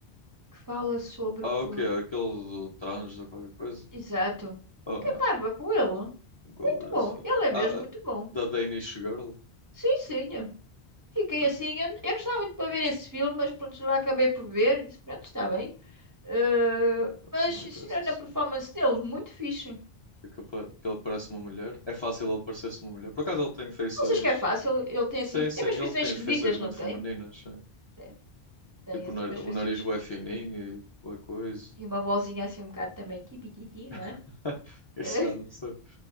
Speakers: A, on the right; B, on the left.
A: que fala sobre
B: Ah,
A: o.
B: o quê? Aquele do trans ou qualquer coisa?
A: Exato.
B: Oh,
A: Fiquei
B: não,
A: parva com ele.
B: nunca
A: Muito
B: ouvi
A: bom,
B: esse filme.
A: ele é mesmo
B: Ah,
A: muito
B: ah,
A: bom.
B: da Danish Girl?
A: Sim, sim. Fiquei
B: Ah,
A: assim, eu, eu não estava muito para ver esse filme, mas pronto, lá acabei por ver, disse, pronto, está bem. Eh, mas,
B: não me
A: sinceramente,
B: interessa esse
A: a performance
B: filme.
A: dele, muito fixe.
B: Porque ele pa- porque ele parece uma mulher. É fácil ele parecer-se uma mulher. Por acaso ele tem feições
A: Não sei se é fácil, ele tem assim,
B: Sim,
A: tem
B: sim,
A: umas
B: ele
A: feições
B: tem
A: esquisitas,
B: as feições muito
A: não tem?
B: femininas, sim.
A: Tem, tem
B: Tipo,
A: assim
B: o nar-
A: umas feições
B: o nariz bué fininho e boa coisa.
A: e uma vozinha assim um bocado também, tibititi, não é?
B: <laughs> Isso
A: Eh,
B: já não sei.